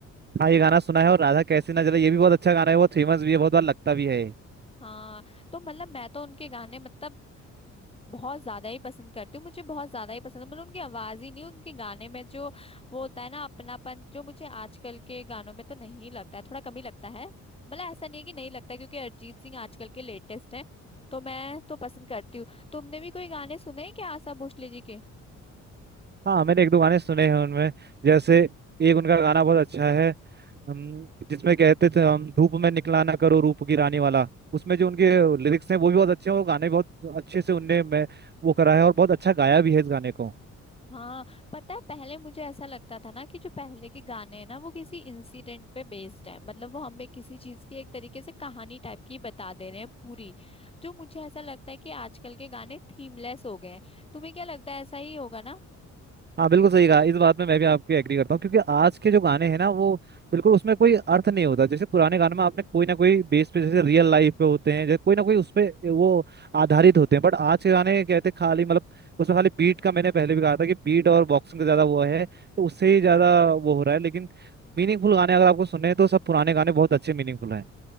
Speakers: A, on the right; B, on the left.
A: हाँ ये गाना सुना है और राधा कैसी ना जले ये भी बहुत अच्छा गाना है बहुत फेमस भी है बहुत बार लगता भी है
B: हाँ तो मतलब मैं तो उनके गाने मतलब बहुत ज्यादा ही पसंद करती हूँ मुझे बहुत ज्यादा ही पसंद है मतलब उनकी आवाज ही नहीं उनके गाने में जो वो होता है ना अपनापन जो मुझे आजकल के गानों में तो नहीं लगता है थोड़ा कम ही लगता है भला ऐसा नहीं है कि नहीं लगता है, क्योंकि अरिजीत सिंह आजकल के लेटेस्ट है तो मैं तो पसंद करती हूँ तुमने भी कोई गाने सुने हैं क्या आशा भोसले जी के
A: हाँ मैंने एक दो गाने सुने हैं उनमें जैसे एक उनका गाना बहुत अच्छा है हम, जिसमें कहते थे हम धूप में निकला ना करो रूप की रानी वाला उसमें जो उनके लिरिक्स हैं वो भी बहुत अच्छे हैं और गाने बहुत अच्छे से उनने मैं वो करा है और बहुत अच्छा गाया भी है इस गाने को
B: हाँ पता है पहले मुझे ऐसा लगता था ना कि जो पहले के गाने हैं ना वो किसी इंसिडेंट पे बेस्ड है मतलब वो हमें किसी चीज की एक तरीके से कहानी टाइप की बता दे रहे हैं पूरी जो मुझे ऐसा लगता है कि आजकल के गाने थीमलेस हो गए हैं तुम्हें क्या लगता है ऐसा ही होगा ना
A: हाँ बिल्कुल सही कहा इस बात में मैं भी आपके एग्री करता हूँ क्योंकि आज के जो गाने हैं ना वो बिल्कुल उसमें कोई अर्थ नहीं होता जैसे पुराने गाने में आपने कोई ना कोई बेस पे जैसे रियल लाइफ पे होते हैं जैसे कोई ना कोई उस पे वो आधारित होते हैं बट आज के गाने कहते हैं खाली मतलब उसमें खाली बीट का मैंने पहले भी कहा था कि बीट और बॉक्सिंग का ज्यादा वो है तो उससे ही ज्यादा वो हो रहा है लेकिन मीनिंगफुल गाने अगर आपको सुने तो सब पुराने गाने बहुत अच्छे मीनिंगफुल हैं